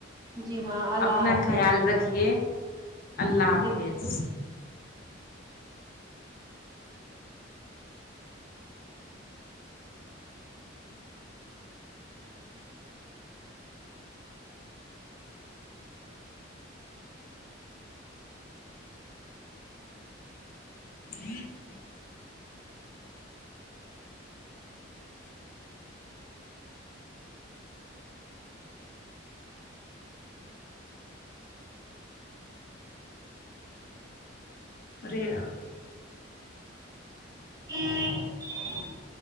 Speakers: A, on the right; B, on the left.
A: جی ہاں اللہ
B: اپنا
A: حافظ
B: خیال رکھیے اللہ حافظ
A: جی بالکل
B: <inaudible> ارے یار
A: <inaudible>